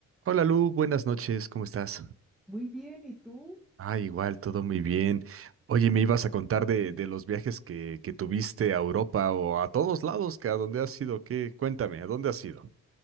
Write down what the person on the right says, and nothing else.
Hola Lu, buenas noches, ¿cómo estás?
Ah, igual, todo muy bien. Oye, me ibas
a contar
de, de los viajes que, que tuviste a Europa o a todos lados, que a dónde has ido, ¿qué? Cuéntame, ¿a dónde has ido?